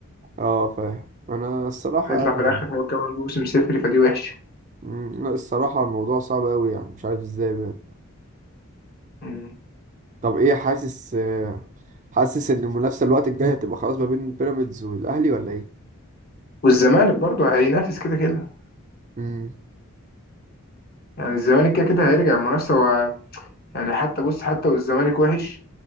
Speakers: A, on the right (about 35°); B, on the left (about 45°).
A: اه فاهم أنا الصراحة
B: هيطلع
A: يعني
B: في الاخر هو كمان موسم صفري فدي وحشه
A: مم، لا الصراحة الموضوع صعب قوي يعني مش عارف ازاي بجد
B: مم.
A: طب ايه حاسس آه، حاسس إن المنافسة الوقت الجاي هتبقى خلاص ما بين بيراميدز والأهلي ولا ايه؟
B: والزمالك برضه هينافس كده كده
A: امم
B: يعني الزمالك كده كده هيرجع المنافسه و... يعني حتى بص حتى والزمالك وحش